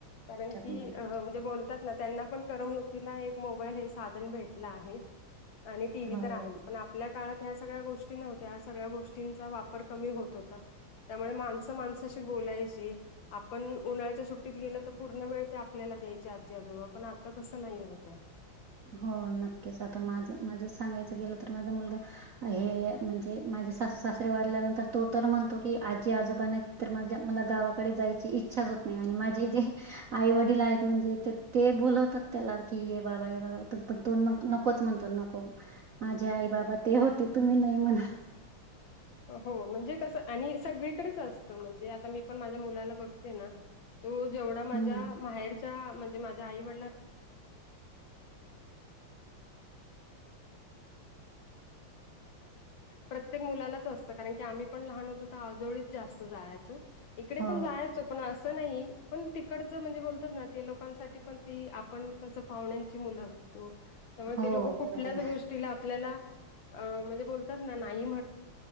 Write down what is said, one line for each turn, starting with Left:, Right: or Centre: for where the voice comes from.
Left: कारण,
Right: शकत
Left: की
Right: नाही.
Left: म्हणजे बोलतात ना त्यांना पण करमनुकीला एक मोबाईल हे साधन, भेटल आहे आणि टी व्ही
Right: हो,
Left: तर आहेच पण आपल्या काळात ह्या सगळ्या गोष्टी नव्हत्या, ह्या सगळ्या गोष्टींचा वापर कमी होत होता. त्यामुळे माणसं माणसाशी बोलायची. आपण उन्हाळ्याच्या सुट्टीत गेल तर, पूर्ण वेळ ते आपल्याला द्यायचे आजी आजोबा, पण आता तसं नाही होतय.
Right: हो नक्कीच आता माझ माझ सांगायचं गेलं तर, माझा मुलगा आहे म्हणजे माझे सासू सासरे वाारल्यानंतर तो तर, म्हणतो की, आजी आजोबा नाहित. तर माझ्या मला गावाकडे जायची इच्छाच होत नाही आणि माझे जे आई वडील आहेत म्हणजे ते ते बोलवतात त्याला की, ये बाबा ये बाबा पण तो न नकोच म्हणतो नको माझे आई बाबा ते होते, तुम्ही नाही म्हणाला
Left: हो म्हणजे कसं आणि सगळीकडेच असतं, म्हणजे आता मी पण माझ्या मुलाला बघते ना. तो जेवढा माझ्या
Right: हं.
Left: माहेरच्या म्हणजे माझ्या आई वडलांना प्रत्येक मुलालाच असतं कारण की आम्ही पण लहान होतो तर आजवळीच जास्त जायचं इकडे
Right: हो,
Left: पण जायच. पण असं नाही पण तिकडचं म्हणजे बोलतात ना ते लोकांसाठी पण ती आपण कसं पाहुण्यांची मुलं असत. त्यामुळे
Right: हो
Left: ते लोक कुठल्याच
Right: बरोबर.
Left: गोष्टी ल्या म्हणज बणत नाही